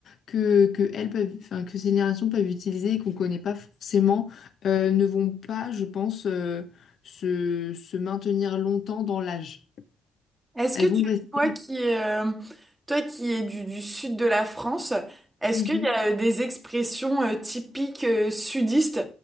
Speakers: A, on the left (about 65°); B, on the right (about 15°).
A: que, que elles peuvent, enfin, que ces générations peuvent utiliser et qu'on ne connaît pas forcément euh, ne vont pas, je pense, euh, se, se maintenir longtemps dans l'âge.
B: Est-ce
A: Elles
B: que tu,
A: vont rester.
B: toi qui, euh, toi qui es du, du sud de la France, est-ce
A: Mhm.
B: qu'il y a euh, des expressions euh, typiques euh, sudistes?